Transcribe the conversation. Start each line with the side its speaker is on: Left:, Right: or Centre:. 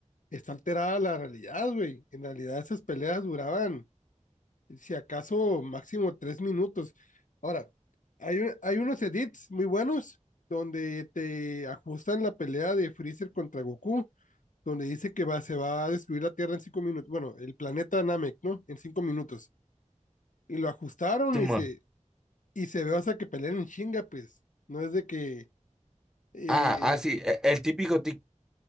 Left: está alterada la realidad, güey. En realidad esas peleas duraban si acaso máximo tres minutos. Ahora, hay, un- hay unos edits muy buenos donde te ajustan la pelea de Freezer contra Goku, donde dice que va, se va a destruir la Tierra en cinco minutos, bueno, el planeta Namek, ¿no? En cinco minutos. Y lo ajustaron
Centre: Simón.
Left: y se, y se ve hasta que pelean en chinga, pues. No es de que... eh,
Centre: Ah, ah, sí, e- el típico TikTok